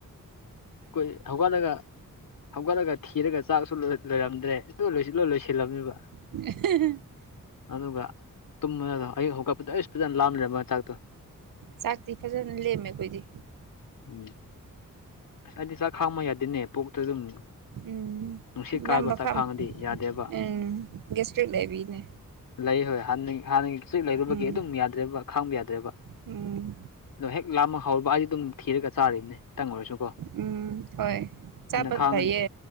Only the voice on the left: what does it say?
ꯑꯩꯈꫭꯏ ꯍꯧꯒꯠꯔꯒ ꯍꯧꯒꯠꯂꯒꯥ ꯊꯤꯔꯒꯥ ꯆꯥꯛꯁꯨ ꯂꯣꯏꯔꯝꯗ꯭ꯔꯦ ꯑꯗꯨꯒꯥ ꯂꯣꯏꯁꯤꯂꯣ ꯂꯣꯏꯁꯤꯜꯂꯝꯃꯤꯕ
ꯑꯗꯨꯒꯥ ꯇꯨꯝꯕꯗꯣ ꯑꯌꯨꯛ ꯍꯧꯒꯠꯄꯗ ꯑꯩꯁ ꯐꯖꯅ ꯂꯥꯝꯃꯥ ꯂꯩꯔꯝꯕ ꯋꯥꯅꯤ ꯆꯥꯛꯇꯣ
ꯎꯝ ꯑꯁ ꯑꯩꯗꯤ ꯆꯥꯛ ꯈꯥꯡꯕꯥ ꯌꯥꯗꯅꯦ ꯄꯣꯛꯇꯥ ꯑꯗꯨꯝ
ꯅꯨꯡꯁꯤꯠ ꯀꯥꯏꯕ
ꯆꯥꯛ
ꯈꯥꯡꯉꯗꯤ ꯌꯥꯗꯦꯕ
ꯂꯩ ꯍꯣꯏ ꯍꯥꯟ ꯍꯥꯟꯅꯒꯤ ꯒꯥꯇꯤꯛ ꯂꯩꯔꯨꯕꯒꯤ
ꯑꯗꯨꯝ ꯌꯥꯗꯦ ꯌꯥ꯭ꯔ°ꯕꯥ ꯈꯥꯡꯕ ꯌꯥꯗ꯭ꯔꯦꯕ
ꯑꯗꯣ ꯍꯦꯛ ꯂꯥꯝꯕꯥ ꯍꯧꯔꯕ ꯑꯩꯗꯤ ꯑꯗꯨꯝ ꯊꯤꯔꯒꯥ ꯆꯥꯔꯤꯅꯤ ꯈꯤꯇꯪ ꯑꯣꯏꯔꯁꯨ
ꯈꯥꯡꯉ